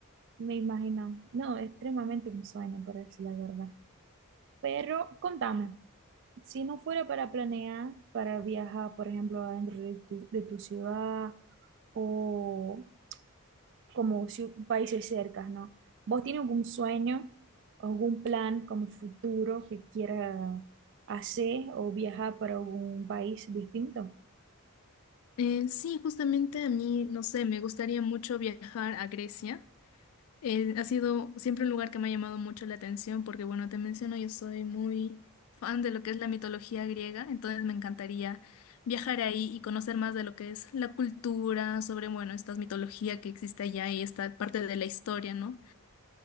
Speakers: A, on the right; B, on the left.
A: Me imagino. No, extremadamente un sueño, por decir la verdad. Pero contame, si no fuera para planear, para viajar, por ejemplo, adentro de tu, de tu ciudad o como ciu- países cercas, ¿no? ¿Vos tienes algún sueño, algún plan como futuro que quiera hacer o viajar para algún país distinto?
B: Eh, sí, justamente a mí, no sé, me gustaría mucho viajar a Grecia Eh, ha sido siempre un lugar que me ha llamado mucho la atención porque, bueno, te menciono, yo soy muy fan de lo que es la mitología griega, entonces me encantaría viajar ahí y conocer más de lo que es la cultura, sobre, bueno, esta mitología que existe allá y esta parte de la historia, ¿no?